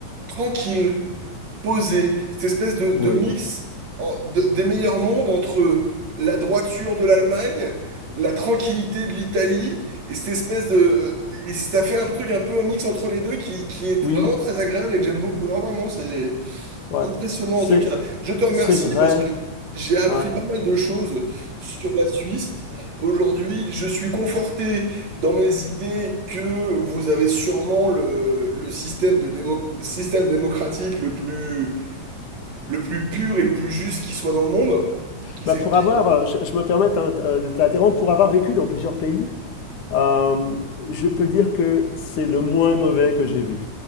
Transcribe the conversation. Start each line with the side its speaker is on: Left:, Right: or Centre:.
Right: tranquille posé, cette espèce de, de
Left: oui,
Right: mix en- de- des meilleurs mondes entre la droiture de l'Allemagne, la tranquillité de l'Italie, et cette espèce de... Et ça fait un truc un peu un mix entre les deux qui, qui est
Left: oui,
Right: vraiment très agréable et que j'aime beaucoup. Non, vraiment, c'est
Left: ouais.
Right: impressionnant
Left: C'est,
Right: en tout cas. Je te remercie
Left: c'est vrai.
Right: parce que j'ai appris
Left: ouais.
Right: pas mal de choses sur la Suisse. Aujourd'hui, je suis conforté dans mes idées que vous avez sûrement le, le système de démo- système démocratique le plus le plus pur et le plus juste qui soit dans le monde. Qui,
Left: Bah,
Right: c'est-
Left: pour
Right: qui-
Left: avoir, euh, je, je me permets t'in- euh, de t'interrompre, pour avoir vécu dans plusieurs pays, Euh, je peux dire que c'est le moins mauvais que j'ai vu.